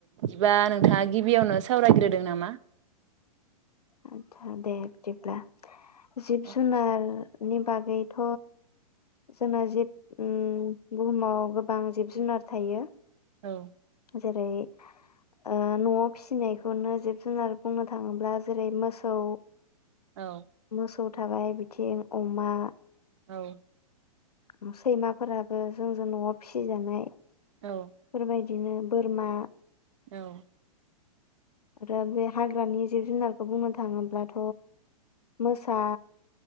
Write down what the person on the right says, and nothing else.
बा नों थाङा गिबियावनो सावरायग्रोदो नामा
औ
औ
औ
औ
औ
औ